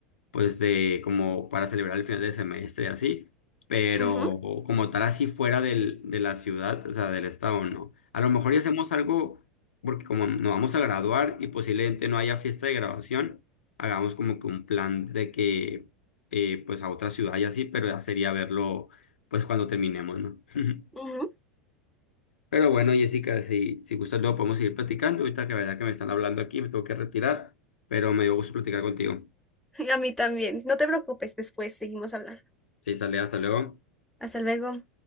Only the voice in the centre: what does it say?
Ujú,
¿No?
<laughs> A mí también. No te preocupes, después seguimos hablando.
Hasta luego.